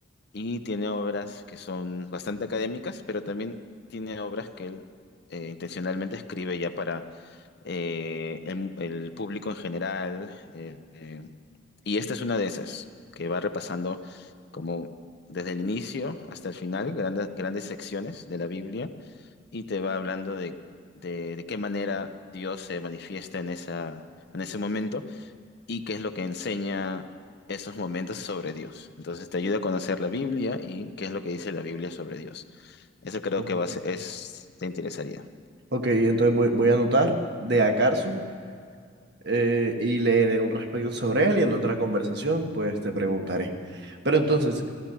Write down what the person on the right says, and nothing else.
ok.
Ok, entonces voy, voy a anotar de A. Carson. eh, y leeré un respecto sobre él y en otra conversación pues te preguntaré. Pero entonces,